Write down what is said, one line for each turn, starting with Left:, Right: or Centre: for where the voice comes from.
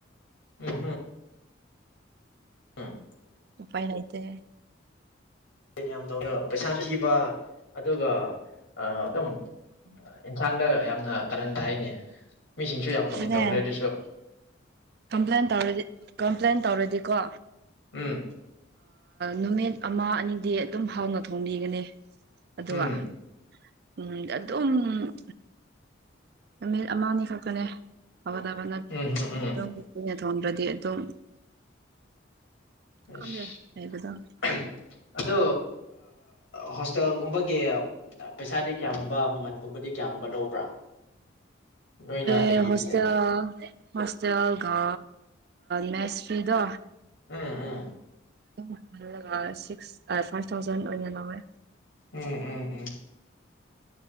Left: ꯎꯝ ꯍꯝ ꯎꯝ
Right: ꯎꯄꯥꯏ ꯂꯩꯥꯏꯇꯦ
Left: ꯌꯥꯝ ꯇꯧꯋꯦꯕ ꯄꯩꯁꯥꯁꯨ ꯊꯤꯕ ꯑꯗꯨꯒ ꯑ ꯑꯗꯨꯝ ꯑꯦꯟꯁꯥꯡꯗ ꯌꯥꯝꯅ ꯀꯔꯟ ꯇꯥꯏꯅꯦ ꯃꯤꯁꯤꯡꯁꯨ ꯌꯥꯝ ꯀꯝꯄꯦꯟ
Right: ꯑꯗꯨꯅꯦ
Left: ꯇꯧꯈ꯭ꯔꯦ ꯑꯗꯨꯁꯨ
Right: ꯀꯝꯄ꯭ꯂꯦꯟ ꯇꯧꯔꯗꯤ ꯀꯝꯄ꯭ꯂꯦꯟ ꯇꯧꯔꯗꯤꯀꯣ
Left: ꯎꯝ
Right: ꯅꯨꯃꯤꯠ ꯑꯃ ꯑꯅꯤꯗꯤ ꯑꯗꯨꯝ ꯍꯥꯎꯅ ꯊꯣꯡꯕꯤꯒꯅꯤ ꯑꯗꯨꯒ
Left: ꯎꯝ
Right: ꯎꯝ ꯑꯗꯨꯝ ꯅꯨꯃꯤꯠ ꯑꯃꯅꯤ ꯈꯛꯇꯅꯦ ꯐꯒꯗꯕꯅ
Left: ꯎꯝ ꯎꯝ ꯎꯝ
Right: ꯑꯗꯨꯝ ꯅ ꯊꯣꯡꯗ꯭ꯔꯗꯤ ꯑꯗꯨꯝ
Left: ꯁ
Right: ꯈꯪꯗꯦ ꯂꯩꯕꯗꯣ
Left: ꯑꯗꯣ ꯍꯣꯁꯇꯦꯜꯒꯨꯝꯕꯒꯤ ꯄꯩꯁꯥꯗꯤ ꯀꯌꯥꯒꯨꯝꯕ ꯃꯟꯒꯨꯝꯕꯗꯤ ꯀꯌꯥꯒꯨꯝꯕ ꯂꯧꯕ꯭ꯔꯥ ꯅꯣꯏꯅ
Right: ꯑꯦ
Left: ꯂꯩꯔꯤꯕꯁꯦ
Right: ꯍꯣꯁꯇꯦꯜ ꯍꯣꯁꯇꯦꯜꯒ ꯅꯦꯁꯔꯤꯗ
Left: ꯎꯝ ꯎꯝ
Right: ꯑꯗꯨꯝ ꯁꯤꯛꯁ ꯐꯥꯏꯚ ꯊꯥꯎꯖꯟ ꯑꯣꯏꯅ ꯂꯧꯋꯦ
Left: ꯎꯝ ꯎꯝ ꯎꯝ